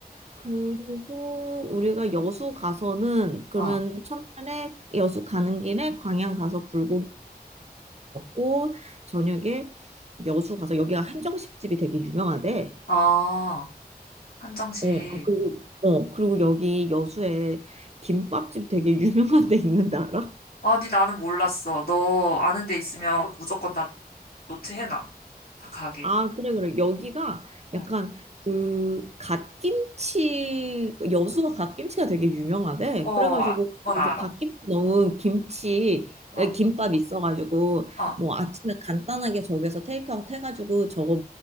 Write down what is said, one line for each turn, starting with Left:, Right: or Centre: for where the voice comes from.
Right: 그리고 우리가 여수 가서는 그러면
Left: 아,
Right: 첫날에 여수 가는 길에 광양 가서 불고기 먹고 저녁에 여수 가서 여기가 한정식집이 되게 유명하대.
Left: 아, 한정식.
Right: 어, 아, 그리고 어, 그리고 여기 여수에 김밥집 되게 <laughs> 유명한 데 있는데 알아?
Left: 아니, 나는 몰랐어. 너 아는 데 있으면 무조건 나 노트 해놔. 다 가게.
Right: 아, 그래, 그래. 여기가
Left: 응.
Right: 약간 그 갓김치, 여수가 갓김치가 되게 유명하대.
Left: 어,
Right: 그래가지고
Left: 아, 그건 알아.
Right: 이제 갓김치 넣은 김치,
Left: 어,
Right: 에, 김밥 있어가지고
Left: 어.
Right: 뭐 아침에 간단하게 저기서 테이크아웃 해가지고 저거